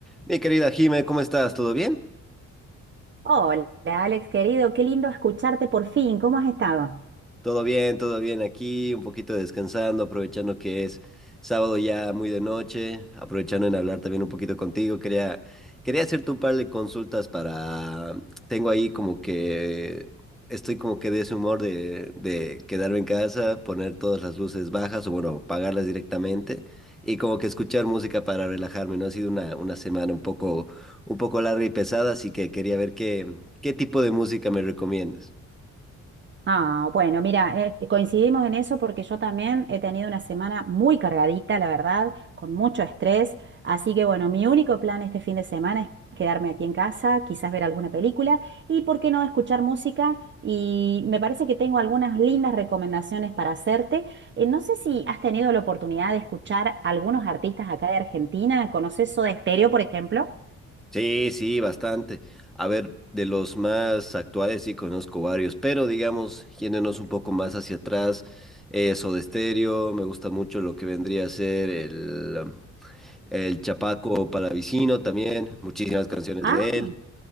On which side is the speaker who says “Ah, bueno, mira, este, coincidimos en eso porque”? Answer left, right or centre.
Right